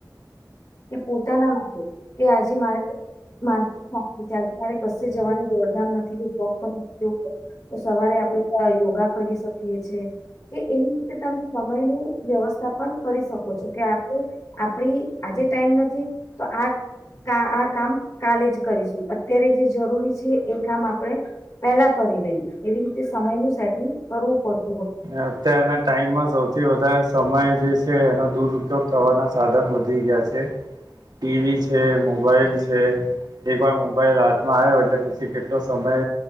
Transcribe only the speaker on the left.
કે પોતાના માટે કે આજે મારે માન આજે મારે ક જવાની દોડધામ નથી કે તો સવારે આપડે યોગા કરી શકી છે કે એવી રીતે તમે સમય ન વ્યવસ્થા પણ કરી શકો છો કે. આપ આજે ટાઈમ નથી તો આ આ કામ કાલે જ કરીશું અત્યારે જે જરૂરી છે એ કામ આપણે પેલા કરી લઈ એવી રીતે સમયનું કરવું પડ.